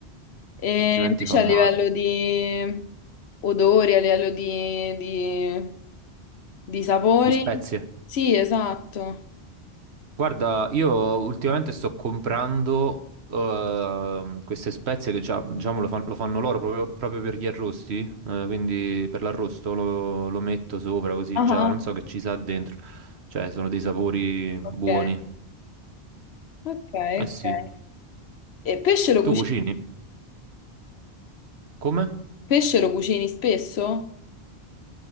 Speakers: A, on the left (about 80°); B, on the right (about 85°).
A: E
B: altrimenti
A: invece
B: fa male.
A: a livello di odori, a livello di, di- di sapori,
B: Di spezie?
A: sì, esatto.
B: Guarda, io ultimamente sto comprando ehm, queste spezie che già- diciamo lo, fan- lo fanno loro proprio, proprio per gli arrosti, eh, quindi per l'arrosto lo, lo metto sopra così
A: Ah,
B: già,
A: ah.
B: non so che ci sa dentro, cioè sono dei sapori buoni.
A: ok, ok,
B: Eh sì,
A: ok. E pesce lo cucini,
B: tu cucini? Come?
A: pesce lo cucini spesso?